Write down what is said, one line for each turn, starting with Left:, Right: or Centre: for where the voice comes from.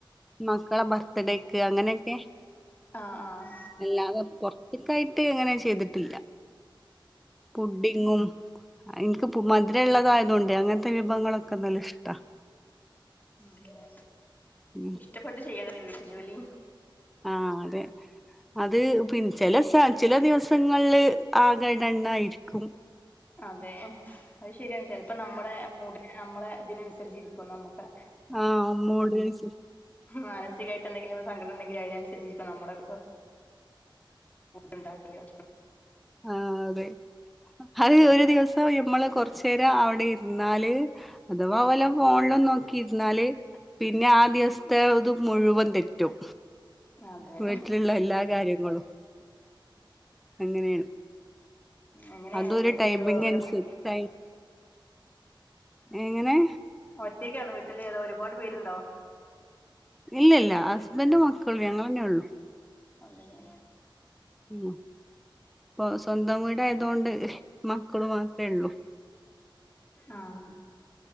Centre: മക്കടെ ബർത്ത്ഡേക്ക് അങ്ങനെയൊക്കെ
Left: ആഹ് ആഹ്
Centre: അല്ലാതെ പോറത്തേക്കായിട്ട് അങ്ങനെ ചെയ്തിട്ടില്ല പുഡിങ് ങ്ങും എനിക്ക് മധുരം ഉള്ളതായത് കൊണ്ടേ അങ്ങനത്തെ വിഭവങ്ങളൊക്കെ നല്ല ഇഷ്ടാ
Left: ഉം
Centre: ഉം
Left: ഇഷ്ടപെട്ട് ചെയണോലെ വീട്ട് ജോലി
Centre: ആഹ് അതെ അത് പിന്നെ ചില ദിവസ ചില ദിവസങ്ങളില്ല് ആകെ ഡണ്ണായിരിക്കും
Left: അതെ അത് ശരിയാണ് ചിലപ്പോ നമ്മടെ മൂഡിന് നമ്മളെ ഇതിനനുസരിച്ചിരിക്കും നമുക്ക്
Centre: ആഹ് മൂഡിനനുസരി
Left: മാനസികായിട്ട് എന്തെങ്കിലും സങ്കടം ഉണ്ടെങ്കിലും അതിനനുസരിച്ച് ഇപ്പോ നമ്മെടെ ഫുഡ് ഇണ്ടാക്കല്
Centre: ആഹ് അതെ അത് ഒരു ദിവസം ഇപ്പോൾ നമ്മൾ കുറച്ച് നേരം അവിടെ ഇരുന്നാല് അഥവാ വെല്ലോം ഫോണില് നോക്കിയിരുന്നാല് പിന്നെ ആ ദിവസത്തെ ഇത് മുഴുവൻ തെറ്റും
Left: ഭക്ഷണം അതെ
Centre: വീട്ടിലുള്ള എല്ലാ കാര്യങ്ങളും അങ്ങനെയാണ്
Left: എങ്ങനെ
Centre: അതൊരു
Left: വീട്ടില്
Centre: ടൈമിങ്
Left: ഒരുപാട്
Centre: അനുസരിച്ച് സെറ്റായി എങ്ങനെ
Left: ഒറ്റയ്ക്കാണോ വീട്ടിൽ അതോ ഒരുപാട് പേരുണ്ടോ
Centre: ഇല്ല ഇല്ല ഹസ്ബൻഡ് മക്കൾ ഞങ്ങൾ തന്നെ ഉള്ളു
Left: ഒള്ളല്ലേ
Centre: ഉം ഇപ്പൊ സ്വന്തം വീടായതുണ്ട് മക്കള് മാത്രേ ഉള്ളൂ
Left: ആഹ്